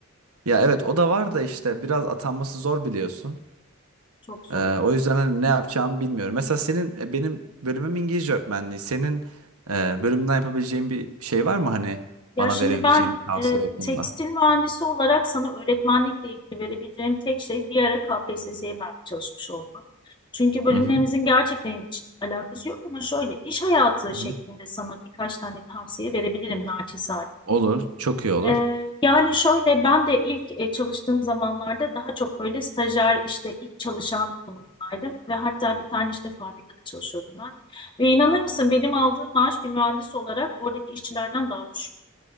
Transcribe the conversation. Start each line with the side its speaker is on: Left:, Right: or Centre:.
Right: Ya evet o da var da işte biraz atanması zor biliyorsun.
Left: Çok zor.
Right: Ee, o yüzden hani ne yapacağımı bilmiyorum. Mesela senin e, benim bölümüm İngilizce öğretmenliği. Senin e, bölümünden yapabileceğin bir şey var mı hani
Left: Ya
Right: bana
Left: Ya şimdi
Right: verebileceğin
Left: ben
Right: bir tavsiye
Left: e,
Right: o konuda?
Left: tekstil mühendisi olarak sana öğretmenlikle ilgili verebileceğim tek şey bir ara KPSS'ye ben çalışmış olmam. Çünkü bölümlerimizin
Right: Hı hı.
Left: gerçekten hiç alakası yok ama şöyle iş hayatı
Right: hı
Left: şeklinde
Right: hı.
Left: sana birkaç tane tavsiye verebilirim naçizane.
Right: Olur, çok iyi olur.
Left: Ee, yani şöyle ben de ilk e, çalıştığım zamanlarda daha çok böyle stajyer işte ilk çalışan konumdaydım ve hatta bir tane işte fabrikada çalışıyordum ben. Ve inanır mısın benim aldığım maaş bir mühendis olarak oradaki işçilerden daha düşük.